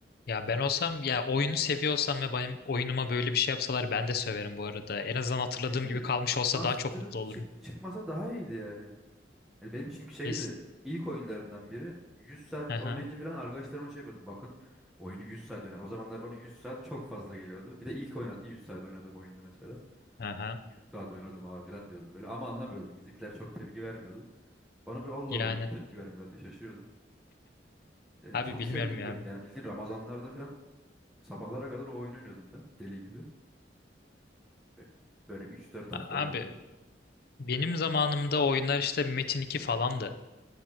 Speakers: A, on the left; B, in the centre.
A: Ya ben olsam ya oyunu seviyor olsam ve benim oyunuma böyle bir şey yapsalar ben de söverim bu arada. En azından hatırladığım
B: Çünkü
A: gibi kalmış olsa
B: remaster'ı
A: daha çok mutlu olurum.
B: çık çıkmasa daha iyiydi yani. Hani benim çünkü şeydi
A: Yes.
B: ilk oyunlarımdan biri 100 saat
A: Aha.
B: oynayınca falan arkadaşlarıma şey yapıyordum. Bakın oyunu 100 saat oynadım. O zamanlar bana 100 saat çok fazla geliyordu. Bir de ilk oynadım 100 saat oynadığım oyundu mesela.
A: Aha.
B: 100 saat oynadım abi falan diyordum böyle ama anlamıyordum. Bizimkiler çok tepki vermiyordu. Bana böyle Allah
A: Yani
B: Allah niye tepki vermiyorlar diye şaşırıyordum. Ee,
A: abi
B: çok
A: bilmiyorum
B: sevdiğim
A: ya.
B: bir oyun. Yani bildiğin Ramazanlarda falan sabahlara kadar o oyunu oynuyordum ben deli gibi. Ve Böyle bir 3-4 hafta
A: A-
B: oynadım.
A: Abi benim zamanımda oyunlar işte Metin 2 falandı.